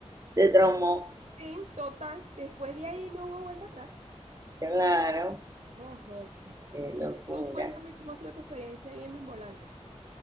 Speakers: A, on the right; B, on the right.
A: Te traumó.
B: Sí, total. Después de ahí no hubo vuelta atrás.
A: Claro,
B: No, José.
A: qué locura.
B: Tú cuéntame cómo ha sido tu experiencia ahí en Mimbolandia.